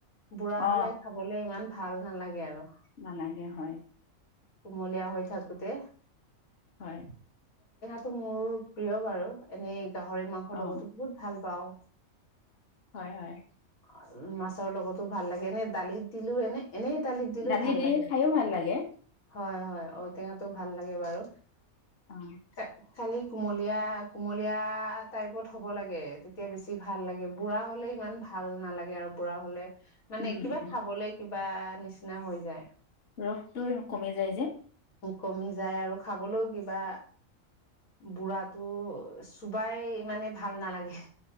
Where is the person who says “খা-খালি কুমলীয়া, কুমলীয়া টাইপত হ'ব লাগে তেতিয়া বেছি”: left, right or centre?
Left